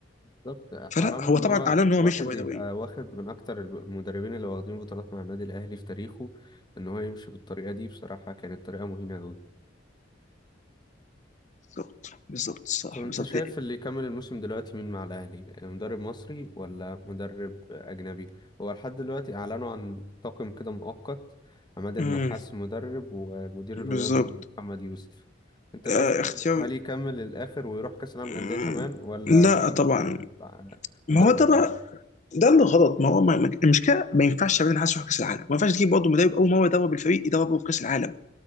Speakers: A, on the left; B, on the left.
A: بالظبط
B: فلا
A: حرام
B: هو
A: ان
B: طبعا
A: هو
B: اعلن ان هو
A: واحد
B: مشي باي
A: يبقى
B: ذا واي
A: واخد من اكتر المدربين اللي واخدين بطولات مع النادي الاهلي في تاريخه ان هو يمشي بالطريقه دي بصراحه كانت طريقه مهينه قوي
B: بالظبط بالظبط الصح
A: طب انت
B: بالظبط
A: شايف اللي يكمل الموسم دلوقتي مين مع الاهلي مدرب مصري ولا مدرب اجنبي هو لحد دلوقتي اعلنوا عن طاقم كده مؤقت عماد النحاس
B: امم
A: مدرب والمدير
B: بالظبط
A: الرياضي محمد يوسف انت شايف
B: آه
A: مين-
B: اختيار
A: هل يكمل للاخر ويروح كاس العالم
B: مم.
A: للانديه كمان ولا
B: لا
A: تجيب
B: طبعا
A: مدرب
B: ما
A: مدرب
B: هو ده
A: اجنبي
B: بقى ده اللي غلط ما هو ما- ما- المشكله ما ينفعش ابدا حد يروح كاس العالم ما ينفعش تجيب برضه مدرب اول مره يدرب الفريق يدربه في كاس العالم